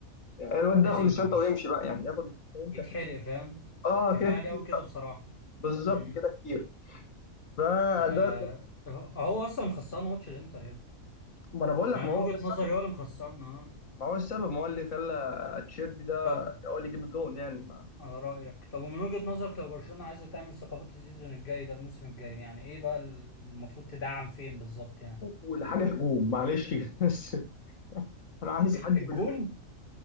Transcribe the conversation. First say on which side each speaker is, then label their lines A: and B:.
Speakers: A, on the left (about 70°); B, on the left (about 40°).
A: الواد ده
B: لازم
A: ياخد الشنطه
B: مش
A: ويمشي بقى يعني ياخد الشنطه ويمشي
B: يتحرق
A: عشان
B: فاهم
A: اه
B: كفاية
A: كده كتير
B: عليه قوي كده بصراحة
A: بالظبط
B: امم
A: كده كتير فده
B: يا هو هو اصلا مخسران ماتش الانتر يا ابني
A: ما انا بقول لك
B: انا
A: ما
B: من
A: هو
B: وجهة
A: ده السبب
B: نظري هو اللي مخسرنا اه
A: ما هو السبب ما هو اللي خلى تشيربي ده
B: طب
A: هو اللي يجيب الجون يعني
B: على رأيك طب ومن وجهة نظرك لو برشلونة عايزة تعمل ثقافات السيزون الجاي ده الموسم الجاي يعني ايه بقى المفروض تدعم فين بالظبط يعني
A: اول حاجه هجوم معلش كده. <laughs> بس انا عايز
B: ال-
A: حد
B: الجون
A: بالهجوم